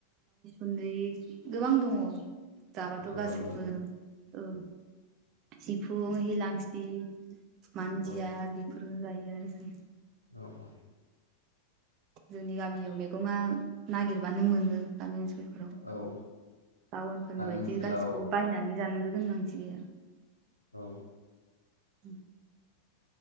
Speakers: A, on the right; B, on the left.
A: उन्दै गोबां दङ। जाबाथ'
B: गोबां
A: गासैबो
B: दं
A: औ सिफुं, हिलांसि मान्जिया
B: औ
A: बेफोरबो जायो आरो जों।
B: औ औ
A: जोंनि गामियाव मैगंआ नागिरबानो मोनो। गामि ओनसोलफोराव।
B: औ
A: टाउनफोरनि
B: गामि
A: बायदि
B: ओनसोलाव
A: गासिखौबो बायनानै जानो गोनांथि गैया।
B: औ।
A: उम